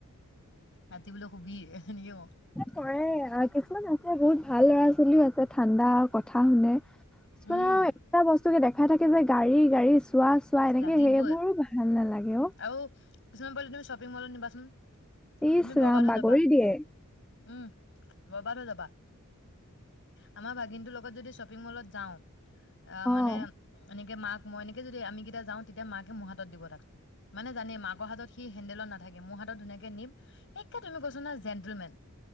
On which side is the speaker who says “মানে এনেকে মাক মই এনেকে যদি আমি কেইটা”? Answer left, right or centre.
Left